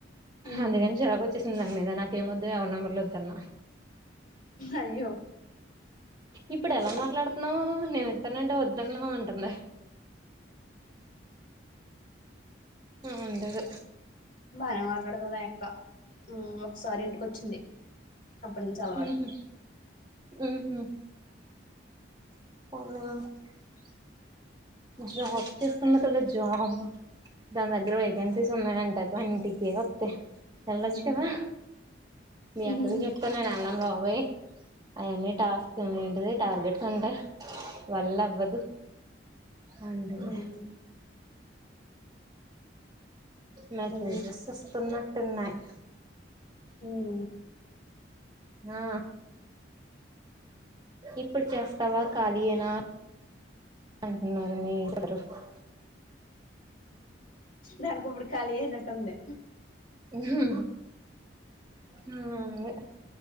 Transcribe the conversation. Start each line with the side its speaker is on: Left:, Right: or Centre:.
Left: ఉమ్
Right: అందుకని చిరాకు వచ్చేసింది నాకు దాని మీద నాకేం వద్దు ఎవరి నెంబర్లు వద్దన్నా
Left: అయ్యో
Right: ఇప్పుడు ఎలా మాట్లాడుతున్నావ్ నేనిత్తానంటే వద్దన్నావ్ అంటుంది ఉండేదే
Left: బాగనే మాట్లాడుతుంది ఆ అక్క ఒకసారి ఇంటికొచ్చింది అప్పటి నుంచి అలవాటు
Right: ఊహూ ఊహూ <unintelligible> జాబ్ చేస్తుందటగా కదా జాబ్ దాన్ దగ్గర వేకెన్సీస్ ఉన్నాయం ట క్లయింట్కి ఒత్తే ఎళ్లొచ్చు
Left: ఉమ్
Right: కదా మీ
Left: ఉహుహు
Right: అక్కకి చెప్కో నేన్ ఎళ్ళను బాబోయ్ అయన్నీ టాస్క్ ఏంటిది టార్గెట్స్ ఉంట వళ్ళ అవ్వదు. పండులె
Left: ఉమ్
Right: మెసేజెస్
Left: అవును
Right: వస్తునట్టున్నాయి.
Left: ఉమ్
Right: ఆ ఇప్పుడు చేస్తావా కాలియేనా అంటున్నారు మీ <unintelligible>
Left: దానికిప్పుడు ఖాళీ అయినట్టుంది.
Right: హ్ హ్